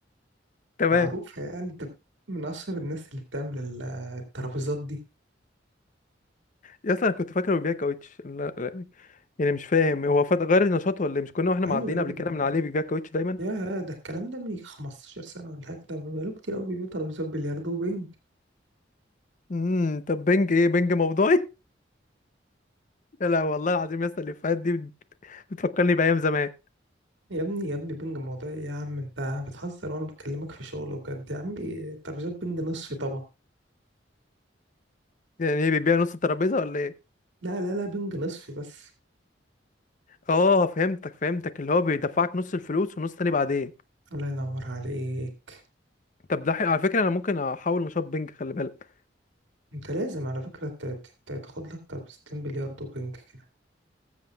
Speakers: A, on the left; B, on the right.
A: تمام
B: معروفة يعني ده من أشهر الناس اللي بتعمل ال- الترابيزات دي
A: يا اصلا انا كنت فاكره بيبيع كاوتش لا لا، يعني مش فاهم هو فات غير نشاطه ولا إيه؟ مش كنا واحنا
B: أيوة
A: معديين
B: يا
A: قبل
B: ابني
A: كده من عليه بيبيع كاوتش دايما
B: يا ده الكلام ده من يجي 15 سنة ولا حاجة ده بقاله كتير أوي بيبيعوا ترابيزات بلياردو وبينج
A: امم طب بنج ايه بنج موضوعي يا لا والله العظيم يا اسطى الافيهات دي بت- بتفكرني بايام زمان
B: يا ابني يا ابني بينج موضوع إيه يا عم أنت بتهزر وأنا بكلمك في شغل وجد يا عمي ترابيزات بينج نصفي طبعا
A: يعني ايه بيبيع نص الترابيزه ولا ايه
B: لا لا لا بينج نصفي بس
A: اه فهمتك فهمتك اللي هو بيدفعك نص الفلوس ونص تاني بعدين
B: الله ينور عليك
A: طب ده حي... على فكره انا ممكن احاول نشاط بنج خلي بالك
B: أنت لازم على فكرة ت- ت- ت- تاخد لك ترابيزتين بلياردو وبينج كده